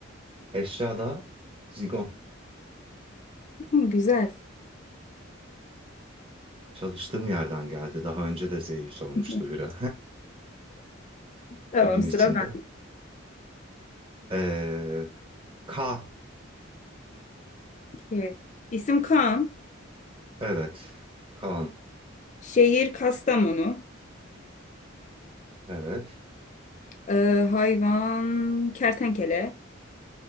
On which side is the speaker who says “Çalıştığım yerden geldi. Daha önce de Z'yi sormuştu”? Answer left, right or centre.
Right